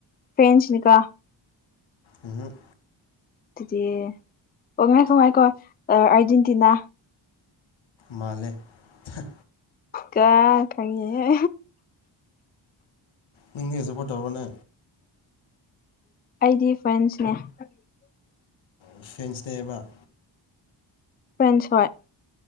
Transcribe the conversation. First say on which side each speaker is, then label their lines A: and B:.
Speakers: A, on the left; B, on the left.
A: ꯐꯦꯟꯁꯅꯤꯀ
B: ꯎꯪ ꯍꯨꯡ
A: ꯑꯗꯨꯗꯤ ꯑꯣ ꯉꯥꯏꯈꯣ ꯉꯥꯏꯈꯣ ꯑ ꯑꯥꯔꯖꯦꯟꯇꯤꯅꯥ
B: ꯃꯥꯜꯂꯦ ꯊꯍꯥ
A: ꯀꯥ ꯈꯪꯉꯤꯍꯦ
B: ꯅꯪꯗꯤ ꯁꯄꯣꯔꯠ ꯇꯧꯔꯣꯅꯦ
A: ꯑꯩꯗꯤ ꯐ꯭ꯔꯦꯟꯁ ꯅꯦ
B: ꯐ꯭ꯔꯦꯟꯁ ꯅꯦꯕ
A: ꯐ꯭ꯔꯦꯟꯁ ꯍꯣꯏ